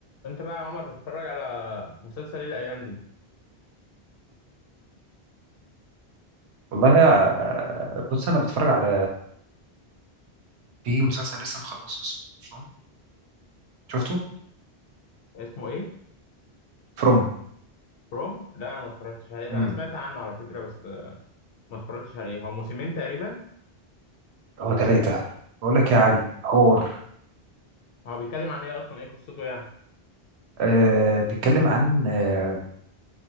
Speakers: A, on the left; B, on the right.
A: انت بقى يا عمر بتتفرج على مسلسل ايه الايام دي
B: والله يا بص انا بتفرج على في مسلسل لسه مخلصه اسمه فروم شفته
A: اسمه ايه
B: فروم
A: بروم لا انا ما اتفرجتش عليه ده.
B: امم
A: انا سمعت عنه على فكره بس ما اتفرجتش عليه هو موسمين تقريبا
B: هو ثلاثة بقول لك
A: مم.
B: يا علي حوار
A: هو بيتكلم عن ايه اصلا ايه قصته يعني
B: آه بيتكلم عن آه